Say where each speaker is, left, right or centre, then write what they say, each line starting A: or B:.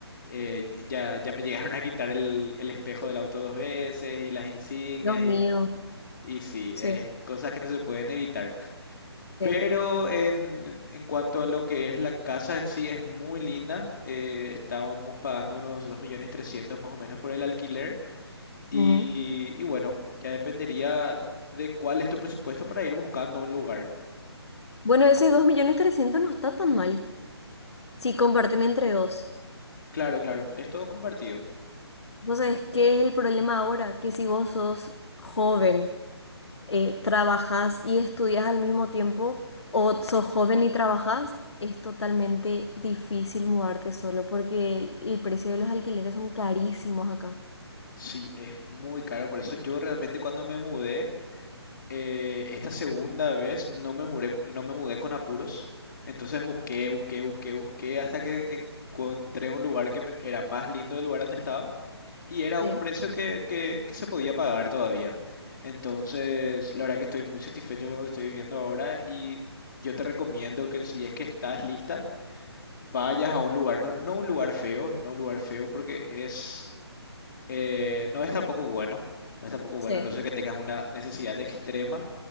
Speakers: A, on the left (about 50°); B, on the left (about 75°).
A: eh, ya, ya me <laughs> llegaron a quitar el, el espejo del auto dos veces y las insignias
B: Dios mío.
A: y, y sí,
B: Sí.
A: es cosas que no se pueden evitar.
B: Sí.
A: Pero en, en cuanto a lo que es la casa en sí es muy linda, eh, estábamos pagando unos dos millones trescientos más o menos por el alquiler y,
B: Ujú.
A: y bueno, ya dependería de cuál es tu presupuesto para ir buscando un lugar.
B: Bueno, ese dos millones trescientos no está tan mal si comparten entre dos.
A: Claro, claro, es todo compartido.
B: ¿Vos sabés qué es el problema ahora? Que si vos sos joven eh, trabajas y estudias al mismo tiempo o sos joven y trabajas, es totalmente difícil mudarte solo porque el, el precio de los alquileres son carísimos acá.
A: Sí, es muy caro, por eso yo realmente cuando me mudé, eh, esta segunda vez no me mudé, no me mudé con apuros, entonces busqué, busqué, busqué, busqué hasta que encontré un lugar que me- era más lindo del lugar donde estaba y era
B: Sí,
A: un precio que, que, que se podía pagar todavía. Entonces, la verdad que estoy muy satisfecho con donde estoy viviendo ahora y yo te recomiendo que si es que estás lista, vayas a un lugar, no, no un lugar feo, no un lugar feo porque es eh, no es tampoco bueno, no es tampoco bueno,
B: sí,
A: a no ser que tengas una necesidad extrema,